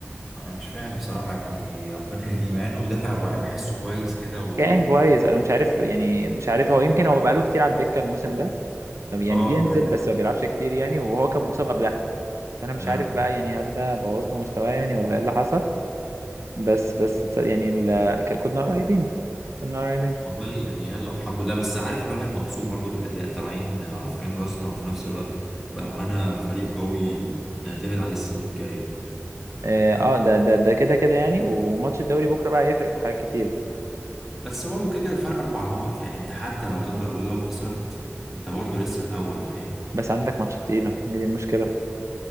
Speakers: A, in the centre; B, on the right.
A: انا مش فاهم بصراحه يعني ربنا يهديه مع انه مدافع بحسه كويس كده و
B: كان كويس انا مش عارف يعني مش عارف هو يمكن هو بقاله كتير على الدكه الموسم ده يعني
A: اه
B: بينزل
A: كده كده
B: بس ما بيلعبش كتير يعني وهو كان مصاب قبلها انا مش
A: اه
B: عارف بقى يعني هل ده بوظ له مستواه يعني ولا ايه اللي حصل بس بس تص- يعني ال... ك- كنا قريبين كنا قريبين
A: والله يعني يلا الحمد لله بس عارف الواحد مبسوط برضو بالأداء طالعين رافعين راسنا وفي نفس الوقت بقى معانا فريق قوي نعتمد عليه السنين الجاية
B: اه آه، ده ده ده كده كده يعني وماتش الدوري بكره بقى هيفرق في حاجات كتيره
A: بس برضو كده كده فرق أربع نقط يعني أنت حتى لو قدر الله لو خسرت أنت برضو لسه الأول فاهم
B: بس عندك ماتشات تقيله هي دي المشكله